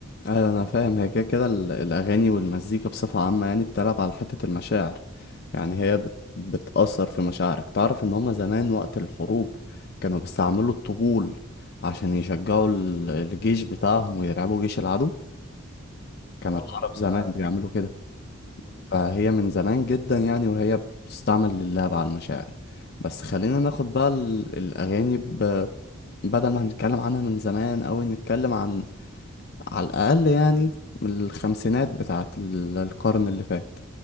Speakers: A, on the left; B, on the left.
A: ايوه انا فاهم هي كده كده ال- الاغاني والمزيكا بصفه عامه يعني بتلعب على حته المشاعر يعني هي بت... بتاثر في مشاعرك تعرف ان هما زمان وقت الحروب كانوا بيستعملوا الطبول عشان يشجعوا ال- الجيش بتاعهم ويرعبوا جيش العدو كان
B: اه
A: العرب
B: ما انا كنت
A: زمان
B: عارف
A: بيعملوا كده
B: مم.
A: فهي من زمان جدا يعني وهي بتستعمل للعب على المشاعر بس خلينا ناخد بقى ال- الاغاني ب... بدل ما هنتكلم عنها من زمان أوي نتكلم عن على الأقل يعني من الخمسينات بتاعة ال- القرن اللي فات